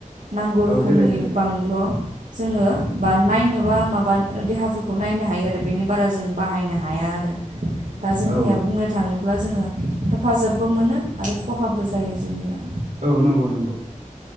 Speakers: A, on the right; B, on the right.
A: नांगौ रोखोमनि
B: औ देलाय देलाय
A: बांल'। जोङो बा नायनोबा माबा देहाफोरखौ नायनो हायो। आरो बेनि बारा जों बाहायनो हाया आरो
B: <inaudible>
A: दा जोंनिया
B: औ
A: बुंनो थाङोब्ला जोङो हेफाजाबबो मोनो आरो खहाबो जायो जोंनिया
B: औ नंगौ नंगौ